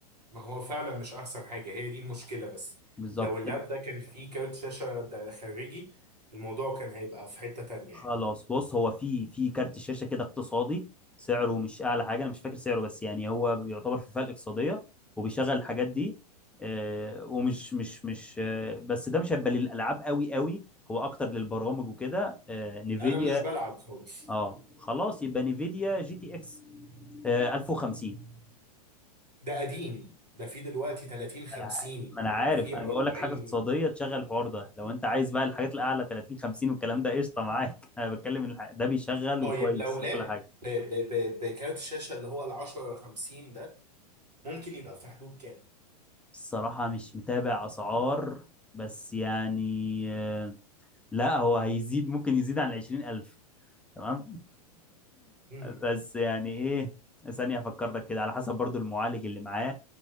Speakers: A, on the right (about 80°); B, in the centre.
A: ما هو فعلا مش احسن حاجه هي دي المشكله بس
B: بالظبط
A: لو اللاب ده كان فيه كارت شاشه ده خارجي الموضوع كان هيبقى في حته تانية
B: خلاص
A: يعني
B: بص هو في في كارت شاشه كده اقتصادي سعره مش اعلى حاجه انا مش فاكر سعره بس يعني هو بيعتبر في فئه الاقتصاديه وبيشغل الحاجات دي آه، ومش مش مش آه، بس ده مش هيبقى للالعاب قوي قوي هو اكتر للبرامج وكده آه، نيفيديا
A: انا مش بلعب خالص
B: اه خلاص يبقى نيفيديا جي تي اكس آه، 1050
A: ده قديم ده فيه دلوقتي 30 50
B: انا ع- ما انا عارف
A: وفيه
B: انا
A: 40
B: بقول لك حاجه اقتصاديه تشغل الحوار ده لو انت عايز بقى الحاجات الاعلى 30 50 والكلام ده قشطه معاك <laughs> انا بتكلم إن الح- ده بيشغل
A: طيب
B: وكويس
A: لو لاب
B: وكل حاجه
A: ب- ب- ب- بكارت الشاشه اللي هو ال 10 50 ده ممكن يبقى في حدود كام؟
B: الصراحه مش متابع اسعار بس يعني آه، لا هو هيزيد ممكن يزيد عن 20000 تمام <laughs>
A: مم.
B: بس يعني ايه ثانيه افكر لك كده على حسب برضو المعالج اللي معاه